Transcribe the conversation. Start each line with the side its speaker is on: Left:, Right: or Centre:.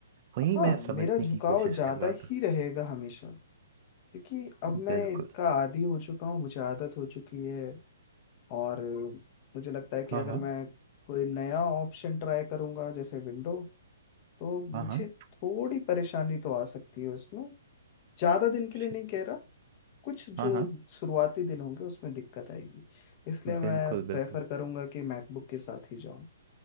Right: वही
Left: हाँ
Right: मैं
Left: मेरा
Right: समझने
Left: झुकाव
Right: की कोशिश
Left: ज्यादा
Right: कर रहा था
Left: ही रहेगा हमेशा क्योंकि अब मैं
Right: बिल्कुल
Left: इसका आदी हो चुका हूँ मुझे आदत हो चुकी है और मुझे लगता है कि
Right: हाँ
Left: अगर
Right: हाँ
Left: मैं कोई नया ऑप्शन ट्राई करूंगा जैसे विंडो तो मुझे
Right: हाँ हाँ
Left: थोड़ी परेशानी तो आ सकती है उसमें ज़्यादा दिन के लिए
Right: शि-
Left: नहीं कह रहा कुछ जो
Right: हाँ हाँ
Left: शुरुआती दिन होंगे उसमें दिक्कत आएगी इसलिए मैं
Right: बिल्कुल बिल्कुल
Left: प्रेफर करूंगा कि मैकबुक के साथ ही जाऊं